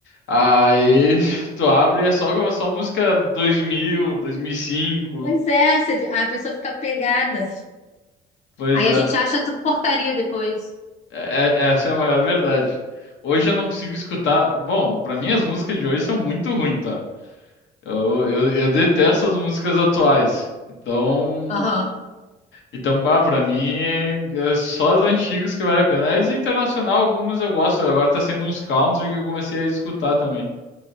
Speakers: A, on the left; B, on the left.
A: Aí <laughs> tu abre e é só, só música 2000, 2005.
B: Mas é, você fi- a pessoa fica pegada.
A: Pois
B: Aí
A: é,
B: a gente acha tudo porcaria depois.
A: é- é- essa é a maior verdade. Hoje eu não consigo escutar. Bom, pra mim as músicas de hoje são muito ruins, tá? Eu, eu, eu detesto as músicas atuais. Então.
B: Aham.
A: Então, bah, pra mim, é só as antigas que vale a pena. As internacional, algumas eu gosto. Agora tá sendo uns country que eu comecei a escutar também.